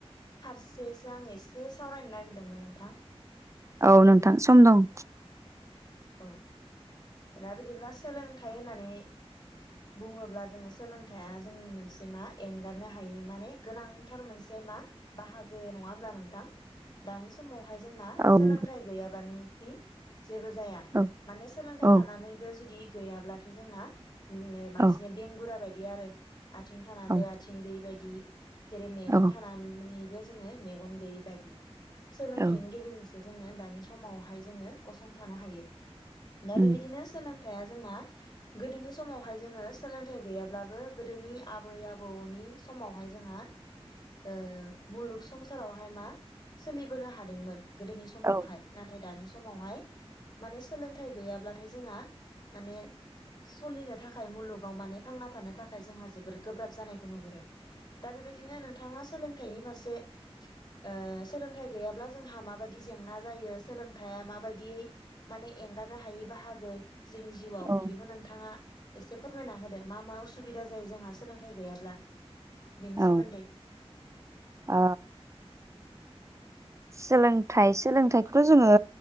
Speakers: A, on the left; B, on the right.
A: फारसेसो आङो एसे से सावरायनो नागिरदोंमोन नोंथां
B: औ नोंथां सम दं
A: औ दा बिदिब्ला सोलोंथाइ होननानै बुङोब्ला जोङो सोलोंथाइया जोंनि मोनसे मा एंगारनो हायि माने गोनांथार मोनसे मा बाहागो नङा होनोमब्ला नोंथां दानि समाव बेहाय जोंना
B: औ
A: सोलोंथाइ
B: नंगौ।
A: गैयाबानो जेबो जाया
B: औ
A: माने सोलोंथाइ
B: औ
A: थानानैबो जुदि गैयाब्लाथाय जोंना नो मानसिनि
B: औ
A: बेंगुरा बायदि दि आरो आथिं थाबो
B: औ
A: आथिं गैयै बायदि <inaudible> जेरै मेगन
B: औ
A: थानानै बे जोङो मेगन गैयै बादि। सोलोंथाइनि
B: औ
A: गेजेरजोंसो जोङो दानि समावहाय जोङो गसंथानो हायो। दा
B: उम
A: बेबायदिनो सोलों थाइया जोंना गोदोनि समावहाय जोङो सोलोंथाइ गैयाब्लाबो गोदोनि आबै आबौनि समावहाय जोंहा ओ मुलुग संसारावहाय मा सोलिबोनो हादोंमोन। गोदोनि समावहाय
B: औ
A: नाथाय दानि समावहाय माने सोलोंथाइ गैयाब्लाथाय जोंहा माने सलिनो थाखाय मुलुगाव माने थांना थानो थाखाय जोंहा जोबोर गोब्राब जानायखौ नुहुरो दा बेबायदिनो नोंथाङा सोलोंथाइनि फारसे जे ओ सोलोंथाइ गैयाब्ला जोंहा माबायदि जेंना जायो सोलोंथाइया माबायदियै माने एंगारनो हायि बाहागो। जोंनि जिउआव
B: औ
A: बेखौ नोंथाङा एसे फोरमायना होदे मा मा असुबिदा जायो जोंहा सोलोंथाइ गैयाब्ला? बेनि
B: औ
A: सोमोन्दै
B: आ सोलोंथाइ सोलोंथाइखौथ जोङो